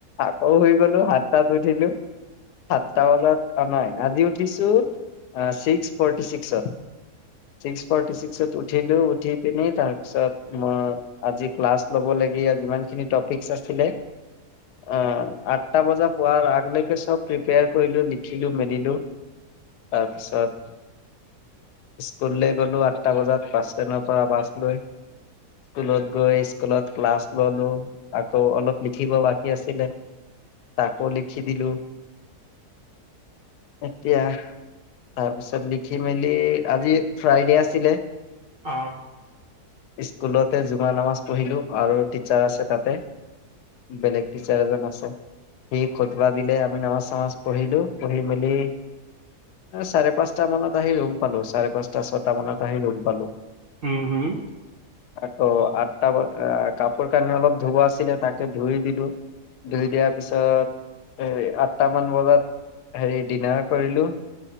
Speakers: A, on the left (about 85°); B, on the right (about 55°).
A: আকৌ শুই গলো সাতটাত উঠিলো সাতটা বজাত নাই আজিও উঠিছো আ ছিক্স ফৰ্টি ছিক্সত। ছিক্স ফৰ্টি ছিক্সত উঠিলো উঠি পিনি তাৰপিছত মই আজি ক্লাছ লব লাগ লাগে আৰু যিমান খিনি ফিক্স আছিলে অ আঠটা বজা পোৱাৰ আগলৈকে চব প্ৰিপিয়াৰ কৰিলো লিখিলো মেলিলো তাৰপিছত স্কুললৈ গলোঁ আঠটা বজাত বাছ ষ্টেণ্ডৰ পৰা বাছ লৈ। স্কুলত গৈ স্কুলত ক্লাছ ললো আকৌ অলপ লিখিব বাকী আছিলে। তাকো লিখি দিলো। এতিয়া তাৰপিছত লিখি মেলি আজি ফ্ৰাইডে আছিলে।
B: আহ।
A: স্কুলতে জুমা নামাজ পঢ়িলো আৰু টিচাৰ আছে তাতে বেলেগ টিচাৰ এজন আছে সি কিবা দিলে আমি নামাজ চামাজ পঢ়িলো পঢ়ি মেলি। চাৰে পাঁচটা মানত আহি ৰুম পালো চাৰে পাঁচটা ছয়টা মানত আহি ৰুম পালো।
B: হম হম।
A: আকৌ আঠটা কাপোৰ কানি অলপ ধুব আছিলে তাকে ধুই দিলো। ধুই দিয়াৰ পিছত হ আঠটামান বজাত হেৰি ডিনাৰ। কৰিলো